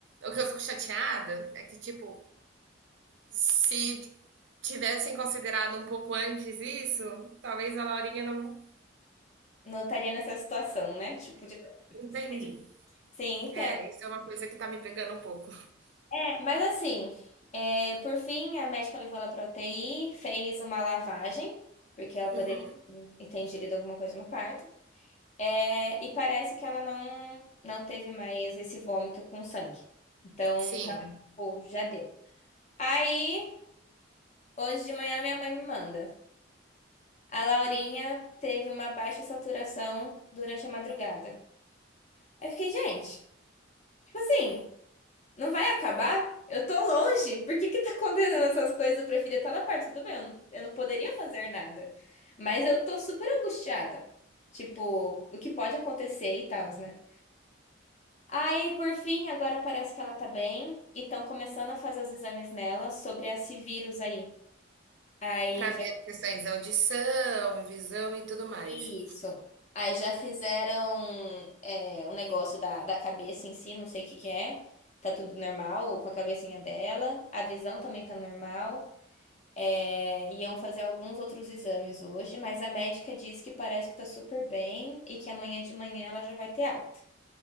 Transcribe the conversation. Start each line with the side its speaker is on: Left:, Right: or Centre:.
Right: o que eu fico chateada é que, tipo, se tivessem considerado um pouco antes isso, talvez a Laurinha não
Left: não estaria nessa situação, né? Tipo, de...
Right: entende.
Left: Sim, Sim,
Right: É, isso é uma coisa que tá me pegando um pouco.
Left: É, mas assim, é, por fim, a médica levou ela para UTI, fez uma lavagem, porque ela poderia
Right: Uhum.
Left: ter ingerido alguma coisa no parto. É, e parece que ela não, não teve mais esse vômito com sangue. Então,
Right: Sim,
Left: realmente, pô, já deu. Aí, hoje de manhã, minha mãe me manda. A Laurinha teve uma baixa saturação durante a madrugada. Aí Eu fiquei, gente, tipo assim. Não vai acabar? Eu tô longe. Por que que tá acontecendo essas coisas? Eu preferia estar lá perto. Tudo bem, eu não, eu não poderia fazer nada. Mas eu tô super angustiada. Tipo, o que pode acontecer e tal, né? Aí, por fim, agora parece que ela tá bem e estão começando a fazer os exames nela sobre esse vírus aí. Aí
Right: pra
Left: já
Right: ver as questões da audição, visão e tudo mais.
Left: é isso. Aí já fizeram é, o negócio da, da cabeça em si, não sei o que que é. Tá tudo normal com a cabecinha dela. A visão também tá normal. É, iam fazer alguns outros exames hoje, mas a médica disse que parece que tá super bem e que amanhã de manhã ela já vai ter alta.